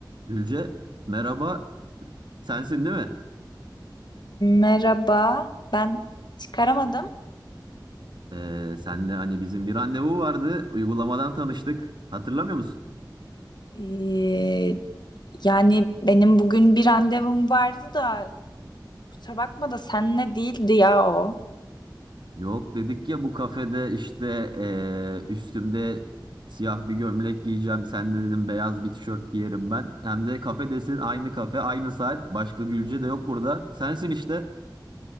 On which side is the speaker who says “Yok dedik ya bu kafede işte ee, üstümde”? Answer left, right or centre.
Right